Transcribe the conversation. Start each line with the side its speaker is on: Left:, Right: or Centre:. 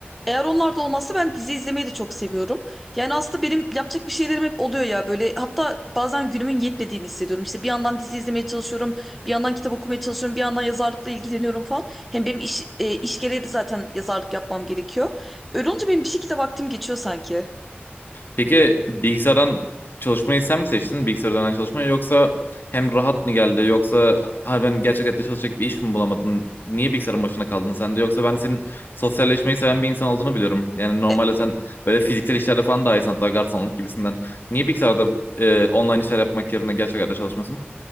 Centre: Eğer onlar da olmazsa ben dizi izlemeyi de çok seviyorum. Yani aslında benim yapacak bir şeylerim hep oluyor ya böyle hatta bazen günümün yetmediğini hissediyorum. İşte bir yandan dizi izlemeye çalışıyorum, bir yandan kitap okumaya çalışıyorum, bir yandan yazarlıkla ilgileniyorum falan. Hem benim iş, e, iş gereği de zaten yazarlık yapmam gerekiyor. Öyle olunca benim bir şekilde vaktim geçiyor sanki.
Left: Peki bilgisayardan çalışmayı sen mi seçtin? Bilgisayar üzerinden çalışmayı yoksa hem rahat mı geldi yoksa harbiden gerçek hayatta çalışacak bir iş mi bulamadın? Niye bilgisayarın başına kaldın sen de? Yoksa ben senin sosyalleşmeyi seven bir insan olduğunu biliyorum. Yani normalde
Centre: E,
Left: sen böyle fiziksel işlerde falan daha iyisin hatta garsonluk gibisinden. Niye bilgisayarda e, online işler yapmak yerine gerçek hayatta çalışmasın?